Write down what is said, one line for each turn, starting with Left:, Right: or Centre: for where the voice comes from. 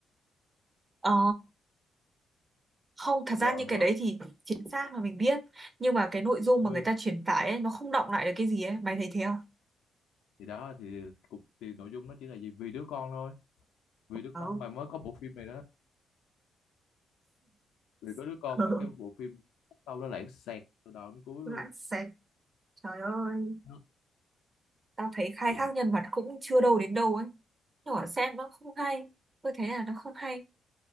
Right: ờ không thật ra
Left: hiểu
Right: những
Left: không
Right: cái
Left: hiểu
Right: đấy
Left: không
Right: thì chính xác là mình biết nhưng mà cái nội dung
Left: ừ.
Right: mà người ta truyền tải ấy nó không động lại được cái gì ấy mày thấy thế không
Left: thì đó thì cục thì nội dung nó chỉ là gì vì đứa con thôi vì đứa
Right: Không.
Left: con mà mới có bộ phim này đó vì có
Right: <laughs>
Left: đứa con
Right: Ừ,
Left: mà cái bộ phim sau đó lãng xẹt từ đầu đến cuối
Right: Lãng
Left: luôn
Right: xẹt. Trời ơi.
Left: Nó-
Right: tao thấy khai
Left: tự-
Right: thác nhân vật cũng chưa đâu đến đâu ấy nhỏ xem nó không hay tôi thấy là nó không hay